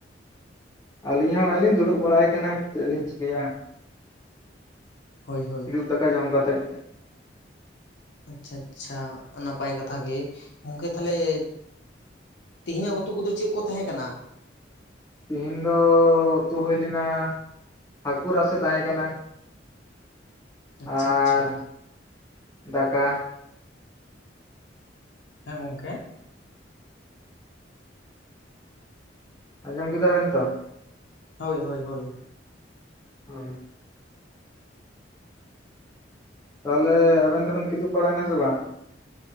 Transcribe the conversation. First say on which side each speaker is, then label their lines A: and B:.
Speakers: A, on the left (about 20°); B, on the left (about 70°).
A: ᱟᱹᱞᱤᱧ ᱦᱚᱸ ᱦᱚᱜ-ᱚᱭ ᱞᱤᱧ ᱫᱩᱲᱩᱵ ᱵᱟᱲᱟᱭ ᱠᱟᱱᱟ ᱪᱮᱫ ᱞᱤᱧ ᱪᱤᱠᱟᱹᱭᱟ᱾
B: ᱦᱳᱭ ᱦᱳᱭ
A: ᱠᱤᱫᱩᱵ ᱫᱟᱠᱟ ᱡᱚᱢ ᱠᱟᱛᱮᱫ᱾
B: ᱟᱪᱪᱷᱟ ᱟᱪᱪᱷᱟ ᱱᱟᱯᱟᱭ ᱠᱟᱛᱷᱟ ᱜᱮ ᱜᱚᱝᱠᱮ ᱛᱟᱦᱞᱮ ᱼᱼ ᱛᱮᱦᱮᱧᱟᱜ ᱩᱛᱩ ᱠᱚᱫᱚ ᱪᱮᱫ ᱠᱚ ᱛᱟᱦᱮᱸ ᱠᱟᱱᱟ?
A: ᱛᱤᱦᱤᱧ ᱫᱚ ᱩᱛᱩ ᱦᱩᱭ ᱞᱮᱱᱟ ᱦᱟᱹᱠᱩ ᱨᱟᱥᱮ ᱛᱟᱦᱮᱸ ᱠᱟᱱᱟ᱾
B: ᱟᱪᱪᱷᱟ
A: ᱟᱨ
B: ᱟᱪᱪᱷᱟ
A: ᱫᱟᱠᱟᱼᱼ
B: ᱦᱮᱸ ᱜᱚᱢᱠᱮᱼᱼ
A: ᱟᱡᱚᱢ ᱠᱮᱫᱟ ᱵᱮᱱ ᱛᱚ᱾
B: ᱦᱳᱭ ᱦᱳᱭ ᱦᱳᱭ᱾
A: ᱦᱮᱸ᱾ ᱛᱟᱦᱚᱞᱮ ᱟᱵᱮᱱ ᱫᱚᱵᱮᱱ ᱠᱤᱫᱩᱵ ᱵᱟᱲᱟᱭᱮᱱᱟ ᱥᱮ ᱵᱟᱝ?